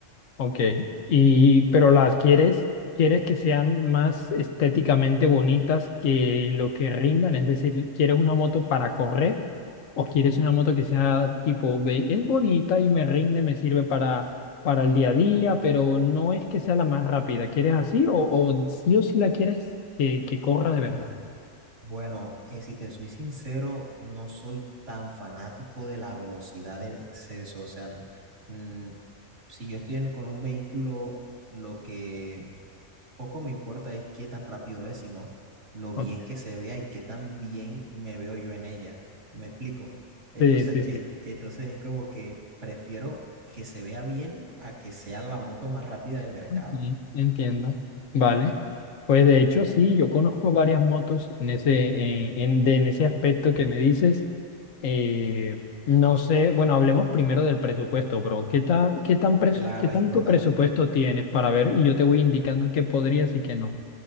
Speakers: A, on the left (about 75°); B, on the right (about 65°).
A: ok. Y, pero las quieres, quieres que sean más estéticamente bonitas que lo que rindan, es decir, ¿quieres una moto para correr? O quieres una moto que sea tipo, ve, es bonita y me rinde, me sirve para, para el día a día, pero no es que sea la más rápida. ¿Quieres así o, o sí o sí la quieres que, que corra de verdad?
B: Bueno, eh, si te soy sincero, no soy tan fanático de la velocidad en exceso. O sea, n- mm, si yo estoy en- con un vehículo, lo que poco me importa es qué tan rápido es, sino lo
A: Ok.
B: bien que se vea y qué tan bien me veo yo en ella. ¿Me explico? Entonces
A: Sí, sí,
B: es,
A: sí.
B: entonces es como que prefiero que se vea bien a que sea la moto más rápida del mercado.
A: Sí, entiendo. Vale. Pues de hecho, sí, yo conozco varias motos en ese, eh, en, de- en ese aspecto que me dices. Eh, no sé, bueno, hablemos primero del presupuesto, bro. ¿Qué tan, qué tan pres-
B: Claro,
A: qué tanto
B: es importante.
A: presupuesto tienes para ver? Y yo te voy indicando qué podrías y qué no.